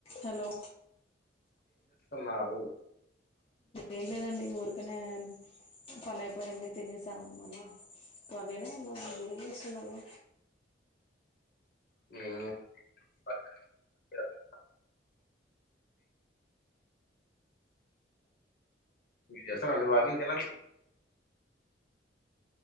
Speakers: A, on the left; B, on the left.
A: Hello
B: న్నారు
A: ఏం లేదండి ఊరికినే పని అయిపోయింది తినేసాం అలా ఖాళీ నే ఉన్నాం మీరేం చేస్తున్నారు
B: అ <unintelligible> ఏం చేస్తారండి వాకింగ్ కి ఎలా